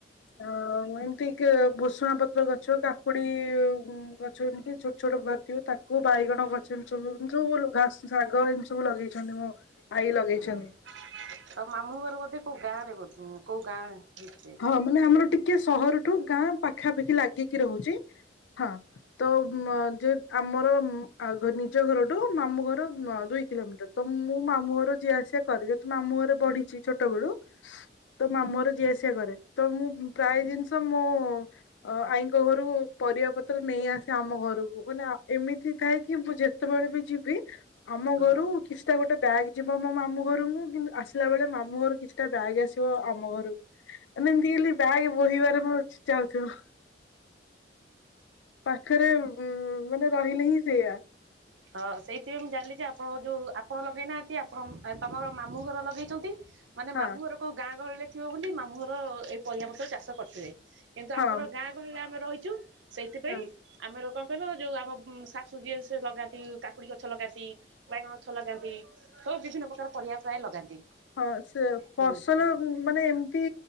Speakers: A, on the left (about 80°); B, on the right (about 90°).
A: ହଁ ଆ <unintelligible> ଭୁଷୁଙ୍ଗା ପତ୍ର ଗଛ କାକୁଡି ଗଛ ଏମିତି ଛୋଟ ଛୋଟ ଭାଥିବ ତାକୁ କୋଉ ବାଇଗଣ ଗଛ ଏମିତି ସବୁ ସବୁ ଘା ଶାଗ ଏମିତି ସବୁ ଲଗେଇଛନ୍ତି ମୋ ଆଈ ଲଗେଇଛନ୍ତି।
B: ଓହୋ ତ ମାମୁଁ ଘର ବୋଧେ କୋଉ ଗାଁ ରେ ବୋ କୋଉ ଗାଁ ହେଇ
A: <unintelligible> ଆମର ଟିକେ ସହରଠୁ ଗାଁ ପାଖାପାଖି ଲାଗିକି ରହୁଚି। ହଁ ତ ଯେ ଆମର ମ ଆ ନିଜ ଘରଠୁ ମାମୁ ଘର ଦୁଇ କିଲୋମିଟର ତ ମୁଁ ମାମୁଁ ଘର ଯିଏ ଆସିବା କରେ। ଯେତୁ ମାମୁଁଘରେ ବଢିଚି ଛୋଟ ବେଳୁ ତ ମାମୁଁଘର ଯିଏ ସିଆ କରେ। ତ ମୁଁ ପ୍ରାୟ ଜିନିଷ ମୋ ଅ ଆଈଙ୍କ ଘରୁ ପରିବା ପତ୍ର ନେଇ ଆସେ ଆମ ଘରକୁ। ମାନେ ଏମିତି ଥାଏ କି ମୁଁ ଯେ ତେବେଳେ ବି ଯିବି ଆମ
B: ହଁ
A: ଘରୁ
B: ହଁ
A: କିଛିଟା ଗୋଟେ ବ୍ୟାଗ୍ ଯିବ ମୋ ମାମୁଁ ଘରକୁ କିନ୍ତୁ ଆସିଲା ବେଳେ ମାମୁଁ ଘରୁ କିଛି ଏ ବ୍ୟାଗ୍ ଆସିବ ଆମ ଘରକୁ। ଏମିତି ହେଲି ବ୍ୟାଗ୍ ବହିବାରେ ମୋର ଚାଉଥିବ। ପାଖରେ ଉ ମାନେ ରହିଲେ ହିଁ ସେୟା।
B: ହଁ ସେଇଥିପାଇଁ ମୁଁ ଜାଣିଲିଯେ ଆପଣ ଯୋଉ ଆପଣ ଲଗେଇନାହାନ୍ତି ଆପଣ ତମର ମାମୁଁ ଘର ଲଗେଇଚନ୍ତି। ମାନେ
A: ହଁ
B: ମାମୁଁ ଘରକୁ ଗାଁ ଗହଳିରେ ଥିବ ବୋଲି ମାମୁଁଘର ଏ ପରିବାପତ୍ର ଚାଷ କରିିବଥିଲେ କିନ୍ତୁ
A: ହଁ
B: ଆମର ଗାଁ ଗହଳିରେ ଆମେ ରହିଚୁ ସେଇଥିପାଇଁ
A: ହଁ।
B: ଆମର କଣ କହିଲ ଯୋଉ ଆମ ଶାଶୁ ଯିଏ ସିଏ ଲଗାନ୍ତି। କାକୁଡ଼ି ଗଛ ଲଗାନ୍ତି ବାଇଗଣ ଗଛ ଲଗାନ୍ତି ସବୁ ବିଭିନ୍ନ ପ୍ରକାର ପରିବା ପ୍ରାୟ ଲଗାନ୍ତି।
A: ହଁ ସେ ଫସଲ
B: ହୁଁ।
A: ମାନେ ଏମିତି